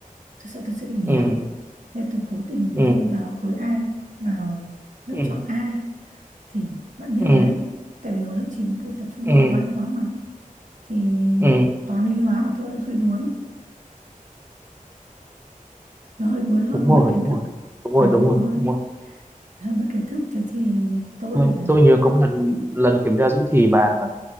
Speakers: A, on the right; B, on the right.
A: tôi sợ tôi sẽ bị nghèo
B: ừ,
A: thế tôi cố tình
B: ừ,
A: tôi vào khối A vào lớp
B: ừ,
A: chọn A thì bạn biết
B: ừ,
A: rồi đấy tại vì hồi lớp 9 tôi tập trung
B: ừ,
A: học văn quá mà thì
B: ừ.
A: toán lý hóa của tôi hơi đuối nó hơi đuối hơi
B: đúng
A: bị
B: rồi
A: mất kiến
B: đúng
A: thức
B: rồi đúng rồi
A: đúng
B: đúng rồi
A: nó hơi,
B: đúng rồi
A: hơi mất kiến thức thế thì tôi
B: tôi,
A: là-
B: tôi nhớ có một lần lần kiểm tra giữa thì bà còn,